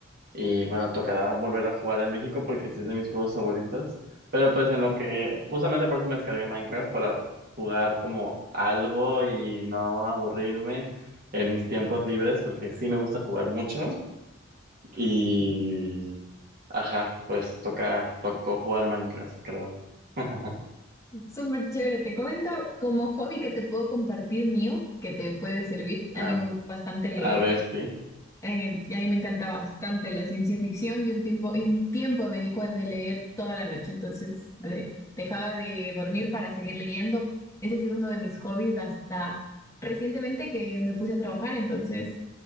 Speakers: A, on the right (about 45°); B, on the left (about 15°).
A: y bueno, tocará volver a jugar en México porque sí es de mis juegos favoritos, pero pues en lo que, justamente por eso me descargué Minecraft para jugar como algo y no aburrirme en mis tiempos libres porque sí me gusta jugar mucho y Ajá, pues toca, tocó jugar Minecraft, creo. <laughs>
B: Súper chévere. Te comento como hobby que te puedo compartir mío, que te puede servir.
A: A,
B: A mí me gusta bastante leer
A: a ver, sí.
B: eh, y a mí me encanta bastante la ciencia ficción y un tiempo, y un tiempo me dedico a de leer toda la noche. Entonces de- dejaba de dormir para seguir leyendo. Ese ha sido uno de mis hobbies hasta recientemente que me puse a trabajar. Entonces